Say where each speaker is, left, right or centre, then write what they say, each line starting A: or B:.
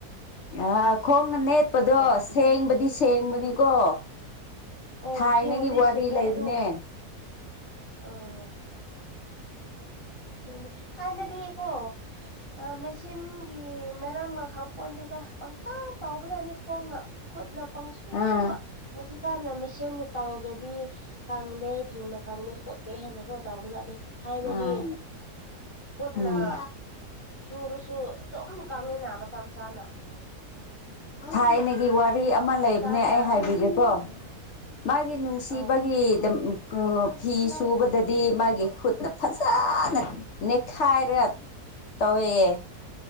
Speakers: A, on the left; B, on the left.
A: ꯑ ꯈꯣꯡ ꯅꯦꯠꯄꯗꯣ
B: ꯄ꯭ꯔꯣꯕ꯭ꯂꯦꯝ
A: ꯁꯦꯡꯕꯗꯤ
B: ꯑꯦ
A: ꯁꯦꯡꯕꯅꯤꯀꯣ
B: ꯑꯣ
A: ꯊꯥꯏꯅꯒꯤ
B: ꯁꯦꯡꯕꯨꯗꯤ
A: ꯋꯥꯔꯤ
B: ꯁꯦꯡꯉꯦ
A: ꯂꯩꯕꯅꯦ
B: ꯑꯗꯨ ꯑꯥ ꯗꯨꯅꯤ ꯍꯥꯟꯅꯗꯤꯀꯣ ꯑꯥ ꯃꯦꯁꯤꯟ ꯒꯤ ꯃꯔꯝꯃ ꯈꯪꯄꯣꯟꯇꯦꯗ ꯄꯪꯇꯧ ꯇꯧꯕꯗꯅꯤ ꯈꯣꯡꯅ ꯈꯨꯠꯅ ꯄꯪꯁꯨ
A: ꯑꯥ
B: ꯁꯨꯕ ꯍꯧꯖꯤꯛꯀꯥꯟꯅ ꯃꯦꯁꯤꯟꯅ ꯇꯧꯗ꯭ꯔꯗꯤ ꯀꯪꯗꯦ ꯊꯨꯅ ꯀꯪꯗꯦ ꯈꯣꯠꯇꯦ ꯍꯦꯅꯀꯣ ꯇꯧꯕꯖꯥꯠꯅꯤ ꯍꯥꯏꯅꯗꯤ
A: ꯑꯥ
B: ꯀꯨꯠꯅ
A: ꯎꯝ
B: ꯁꯨꯔꯁꯨ ꯑꯗꯨꯝ ꯀꯥꯡꯉꯤꯅ ꯃꯇꯝ ꯆꯥꯅ
A: ꯊꯥꯏꯅꯒꯤ ꯋꯥꯔꯤ ꯑꯃ
B: ꯍꯧꯖꯤꯛꯀꯥꯟꯅ
A: ꯂꯩꯕꯅꯦ ꯑꯩ ꯍꯥꯏꯕꯤꯒꯦꯀꯣ ꯃꯥꯒꯤ ꯅꯨꯡ ꯁꯤꯕꯒꯤꯗ
B: ꯑꯥ
A: ꯀꯣ ꯐꯤ ꯁꯨꯕꯗꯗꯤ ꯃꯥꯒꯤ ꯈꯨꯠꯅ ꯐꯖꯥꯅ ꯅꯦꯛꯈꯥꯏꯔ ꯇꯧꯋꯦꯌꯦ